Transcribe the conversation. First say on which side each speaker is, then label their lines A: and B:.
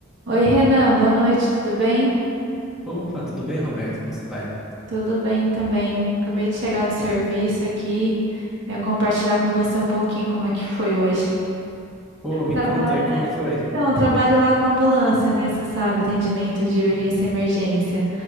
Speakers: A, on the right; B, in the centre.
A: Oi, Renan, boa noite, tudo bem?
B: Opa, tudo bem, Roberto? Como você vai?
A: Tudo bem também. Acabei de chegar do serviço aqui. Eu ia compartilhar com você um pouquinho como é que foi hoje.
B: Pô, me
A: Trabalho.
B: conta, como que foi?
A: Então, eu trabalho lá com ambulância, né? Você sabe, atendimento de urgência
B: Uhum.
A: e emergência.